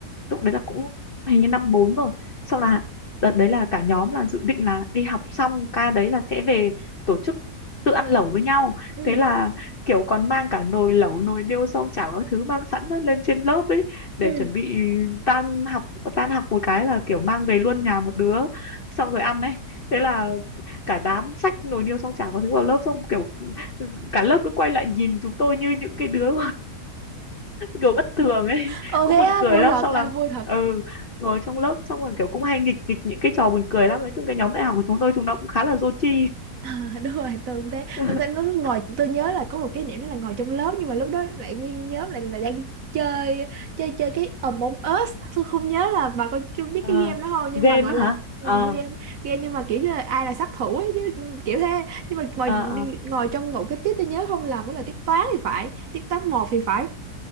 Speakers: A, on the left; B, on the right.
A: lúc đấy là cũng hình như năm bốn rồi xong là đợt đấy là cả nhóm là dự định là đi học xong ca đấy là sẽ về tổ chức tự ăn lẩu với nhau
B: ừ
A: thế là kiểu còn mang cả nồi lẩu nồi niêu xoong chảo các thứ mang sẵn lên trên lớp ấy để
B: ừ
A: chuẩn bị tan học tan học một cái là kiểu mang về luôn nhà một đứa xong rồi ăn ấy thế là cả đám xách nồi niêu xoong chảo các thứ vào lớp xong kiểu cả lớp cứ quay lại nhìn chúng tôi như những cái đứa kiểu bất thường ấy <laughs>
B: Ồ
A: cũng
B: thế
A: buồn
B: á,
A: cười
B: vui
A: lắm
B: thật,
A: xong
B: à,
A: là
B: vui thật.
A: ừ, ngồi trong lớp xong rồi kiểu cũng hay nghịch nghịch những cái trò buồn cười lắm nói chung cái nhóm đại học của chúng tôi chúng nó cũng khá là dô chi
B: À, <laughs> đúng rồi tôi cũng thế
A: <laughs>
B: tôi thấy ngồi ngồi- tôi nhớ là có một kỷ niệm đó là ngồi trong lớp nhưng mà lúc đó lại nguyên nhóm lại là đang chơi chơi chơi cái Among Us tôi không nhớ là bà có chưa biết
A: à,
B: cái game đó không nhưng
A: game
B: mà gọi là
A: á hả
B: ừ,
A: à,
B: game game nhưng mà kiểu như là ai là sát thủ ấy chứ ừ, kiểu thế nhưng mà ngồi
A: à, à,
B: ngồi trong một cái tiết tôi nhớ không làm đó là tiết toán thì phải tiết toán một thì phải